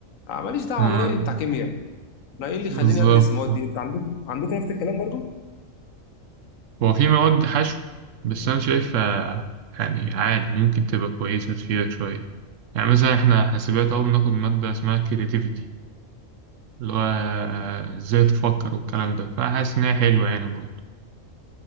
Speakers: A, on the left; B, on the right.
A: آه، ماليش دعوه
B: مم.
A: انا راجل بتاع كيمياء انا ايه اللي يخليني
B: بالظبط
A: ادرس المواد دي انت عندك عندك نفس الكلام برضو
B: هو في مواد حشو بس انا شايفها يعني عادي ممكن تبقى كويسة تفيدك شوية يعني مثلا احنا حاسبات اهو بناخد مادة اسمها كرياتيفيتي اللي هو ازاي تفكر والكلام ده فحاسس ان هي حلوة يعني برضه